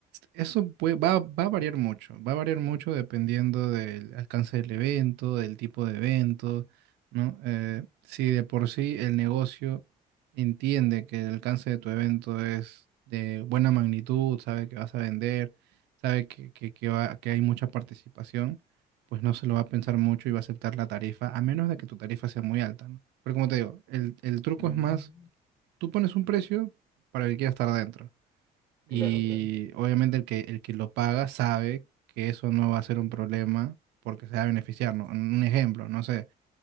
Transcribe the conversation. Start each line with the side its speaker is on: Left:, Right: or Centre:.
Right: eso pue- va, va a variar mucho, va a variar mucho dependiendo del alcance del evento, del tipo de evento, ¿no? Eh, si de por sí el negocio entiende que el alcance de tu evento es de buena magnitud, sabe que vas a vender, sabe que, que, que va- que hay mucha participación, pues no se lo va a pensar mucho y va a aceptar la tarifa, a menos de que tu tarifa sea muy alta, ¿no? Pero como te digo, el, el truco
Left: Mm,
Right: es más, tú pones un precio para el que quiera estar adentro. Y
Left: Claro, claro.
Right: obviamente el que, el que lo paga sabe que eso no va a ser un problema porque se va a beneficiar, ¿no? Un ejemplo, no sé,